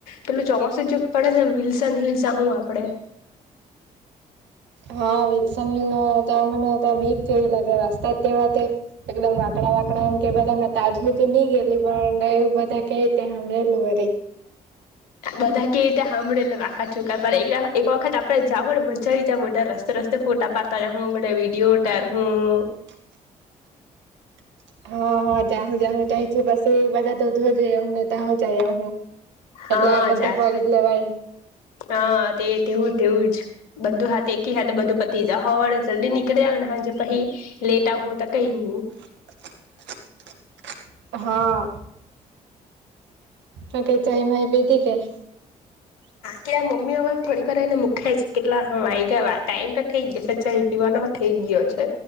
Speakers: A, on the left (about 80°); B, on the right (about 70°).
A: પેલું ચોમાસું જગ પડે ને વિલસન હિલસ હું આપ કપડે
B: હા વિલસન મને તો બીક જેવી લાગે રસ્તા જ તેવા એકદમ વાકડા વાકડા એમ કે બધા મેં તાજુથી નહી ગેલી પણ એવું બધા કેમ રેલું વરી <inaudible>
A: બધા કેઈ રીતે સાંભળેલ આકા ચુકા એક વખત આપડેાવું ને મજા આવી જ બર રસ્તો રસ્તે ફોટા પાતા જ હું બા વિડીયો ટર હું
B: <unintelligible> હ હ જા હું જા હું જઈથી પાસી બાજા દઉધ જે હને ત હું જાય આવ હું
A: હા
B: એટલે બધે
A: જાય
B: ફરી જ લેવાય
A: હા તે તેવું તેવું જ બધું હાથ એકી હાથ બધું પતિજ હોવાળે જલ્દી નીકળી આવ ને હજ પછી લેટ આવ હું તો કઈ <inaudible>
B: <inaudible> હા તો કે ચાય માય પીધી કે <inaudible>
A: કે આ મમ્મી બા થોડીકર એને મૂખે છે કેટલા હા આ આવી ગયા ટાઈમ તો થઈ જ ગ સાચ્ પીવા થઈ ગયો છે